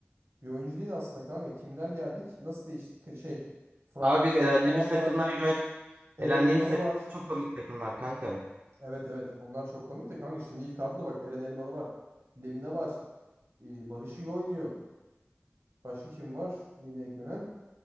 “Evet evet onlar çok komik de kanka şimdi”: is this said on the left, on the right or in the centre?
Right